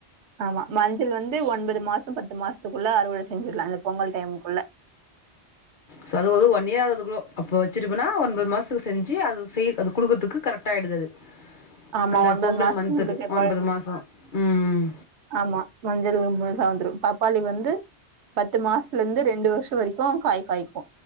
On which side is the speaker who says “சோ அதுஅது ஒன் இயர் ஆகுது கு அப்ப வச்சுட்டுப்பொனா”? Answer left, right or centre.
Left